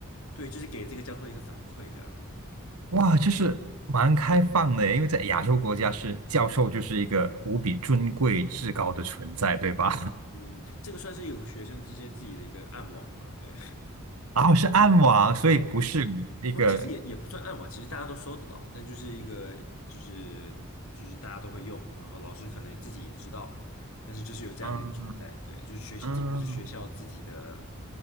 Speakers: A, on the left; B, on the right.
A: 对，就是给这个教授一个反馈，这样，嗯
B: 哇，就是蛮开放的耶，因为在亚洲国家是教授就是一个无比尊贵至高的存在，对吧？
A: 嗯，这个算是有学生之间自己的一个暗网吧，对。
B: 然后是暗网，所以不是一个，
A: <laughs> 我其实也也不算暗网，其实大家都搜得到，但就是一个就是就是大家都会用，然后老师可能自己也知道，但是就是有这样的一个存在，
B: 嗯
A: 对，就是学这不是学校自己的
B: 嗯